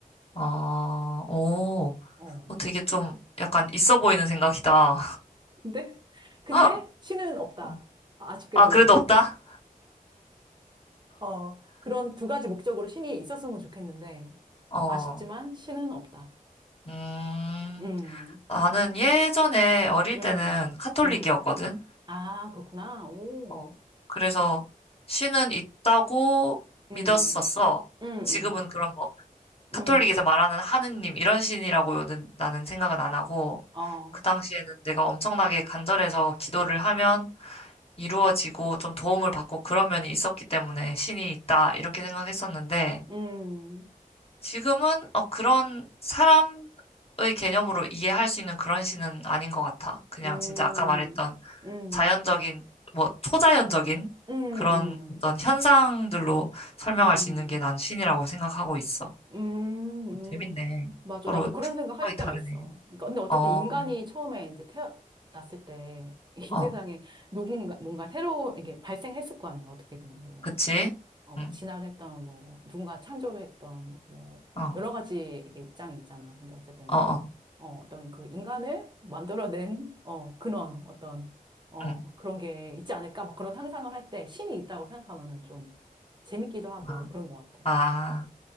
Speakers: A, on the left; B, on the right.
A: 어, 오,
B: 어.
A: 어, 되게 좀 약간 있어 보이는 생각이다.
B: 근데,
A: <laughs>
B: 근데 신은 없다.
A: 어.
B: 아쉽게도.
A: 아, 그래도 없다?
B: 어, 그런 두 가지 목적으로 신이 있었으면 좋겠는데,
A: 어,
B: 아쉽지만 신은 없다.
A: 음,
B: 음,
A: 나는 예전에 어릴
B: 음,
A: 때는 카톨릭이었거든.
B: 음. 아, 그렇구나. 오,
A: 어, 그래서 신은 있다고 믿었었어.
B: 음, 음, 음,
A: 지금은 그런 카톨릭에서
B: 음,
A: 말하는 하느님 이런 신이라고는 나는 생각은 안 하고
B: 어,
A: 그 당시에는 내가 엄청나게 간절해서 기도를 하면 이루어지고 좀 도움을 받고 그런 면이 있었기 때문에 신이 있다 이렇게 생각했었는데
B: 음,
A: 지금은 어, 그런 사람의 개념으로 이해할 수 있는 그런 신은 아닌 것 같아. 그냥
B: 음,
A: 진짜 아까 말했던
B: 음, 음,
A: 자연적인 뭐 초자연적인
B: 음,
A: 그런 어떤 현상들로 설명할
B: 음,
A: 수 있는 게 난 신이라고 생각하고 있어.
B: 음,
A: 재밌네.
B: 음. 맞아.
A: 서로
B: 나도 그런 생각 할
A: 생각이
B: 때가
A: 다르네.
B: 있어. 그러니까 근데 어쨌든
A: 어,
B: 인간이 처음에 이제 태어났을 때, 이 <laughs>
A: 어,
B: 세상에 누군가, 뭔가 새로, 이게 발생했을 거 아니야, 어떻게든. 뭐.
A: 그치?
B: 어, 뭐,
A: 응,
B: 진화를 했던, 뭐, 누군가 창조를 했던, 뭐,
A: 어,
B: 여러 가지 이게 입장이 있잖아. 근데 어쨌든,
A: 어, 어,
B: 어, 어떤 그 인간을 만들어낸, 어, 근원, 어떤, 어,
A: 응.
B: 그런 게 있지 않을까? 막 그런 상상을 할 때 신이 있다고 생각하면은 좀 재밌기도 하고
A: 아,
B: 그런 것 같아.
A: 아,
B: 그래서,